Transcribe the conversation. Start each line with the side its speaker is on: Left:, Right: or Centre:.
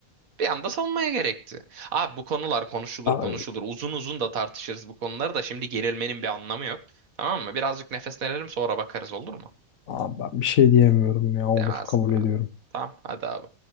Right: Bir anda savunmaya gerekti. Abi bu konular konuşulur
Left: Abi,
Right: konuşulur. Uzun uzun da tartışırız bu konuları da şimdi gerilmenin bir anlamı yok. Tamam mı? Birazcık nefeslenelim sonra bakarız olur mu?
Left: abi ben bir şey diyemiyorum ya olur
Right: Demez.
Left: kabul
Right: demez.
Left: ediyorum.
Right: Tamam hadi abi.